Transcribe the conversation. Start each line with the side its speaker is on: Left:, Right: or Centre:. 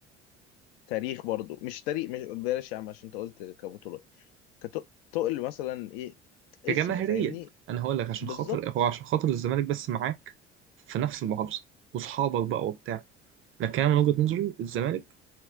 Left: تاريخ برضو مش تاريخ مش بلاش يا عم عشان انت قلت كبطولات كتقل مثلا ايه اسم
Right: كجماهيرية
Left: فاهمني
Right: أنا هقول لك عشان
Left: بالظبط
Right: خاطر هو عشان خاطر الزمالك بس معاك في نفس المحافظة وصحابك بقى وبتاع لكن أنا من وجهة نظري الزمالك